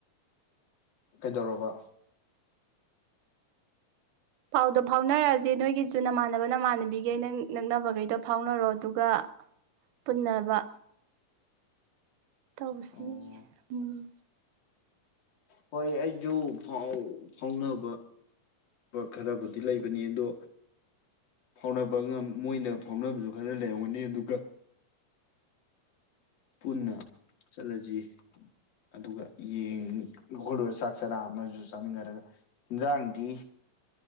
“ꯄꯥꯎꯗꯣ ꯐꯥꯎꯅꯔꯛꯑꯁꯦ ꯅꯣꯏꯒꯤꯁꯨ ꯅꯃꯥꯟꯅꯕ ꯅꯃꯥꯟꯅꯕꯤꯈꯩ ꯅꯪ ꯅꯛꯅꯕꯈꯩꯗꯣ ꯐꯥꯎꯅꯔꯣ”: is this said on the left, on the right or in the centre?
Right